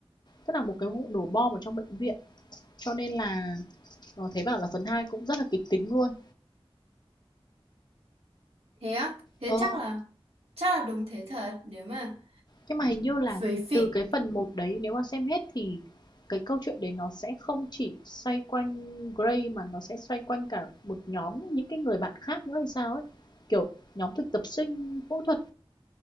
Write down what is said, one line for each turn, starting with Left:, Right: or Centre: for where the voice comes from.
Left: tức là một cái vụ nổ bom ở trong bệnh viện cho nên là ờ, thấy bảo là phần 2 cũng rất là kịch tính luôn
Right: Thế á, thế
Left: ờ
Right: chắc là chắc là đúng thế thật nếu mà
Left: nhưng mà hình như là
Right: về phị
Left: từ cái phần một đấy nếu mà xem hết thì cái câu chuyện đấy nó sẽ không chỉ xoay quanh gray mà nó sẽ xoay quanh cả một nhóm những cái người bạn khác nữa hay sao ấy kiểu nhóm thực tập sinh phẫu thuật